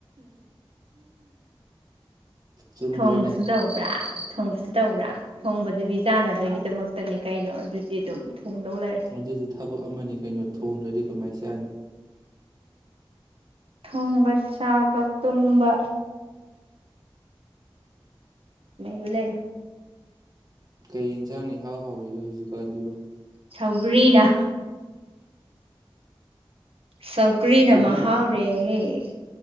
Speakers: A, on the right (about 45°); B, on the right (about 80°).
A: ꯆꯨꯝꯗ꯭ꯔꯅꯦ
B: ꯊꯣꯡꯕꯁꯨ ꯇꯧꯕ꯭ꯔꯥ ꯊꯣꯡꯕꯁꯨ ꯇꯧꯕ꯭ꯔꯥ ꯊꯣꯡꯕꯗꯨꯗꯤ ꯆꯥꯅꯕꯒꯤꯗꯃꯛꯇꯅꯤ ꯀꯩꯅꯣ ꯑꯗꯨꯗꯤ ꯑꯗꯨꯝ ꯊꯣꯡꯗꯧ ꯂꯩꯔꯦ
A: ꯑꯗꯨꯁꯨ ꯊꯕꯛ ꯑꯃꯅꯤ ꯀꯩꯅꯣ ꯊꯣꯡꯗ꯭ꯔꯗꯤ ꯀꯃꯥꯏ ꯆꯥꯅꯤ
B: ꯊꯣꯡꯕ ꯆꯥꯎꯥꯎꯕ ꯇꯨꯝꯕꯥ ꯂꯩꯌ ꯂꯩꯌ
A: ꯀꯩ ꯏꯟꯁꯥꯡꯅꯤ ꯍꯥꯎ ꯍꯥꯎꯔꯤꯒꯦ ꯍꯧꯖꯤꯛꯀꯥꯟꯁꯤꯕꯨ
B: ꯁꯧꯒꯔꯤꯅ ꯁꯧꯒ꯭ꯔꯤꯅ
A: ꯁꯧꯒ꯭ꯔꯤ
B: ꯃꯍꯥꯎꯔꯦ <inaudible>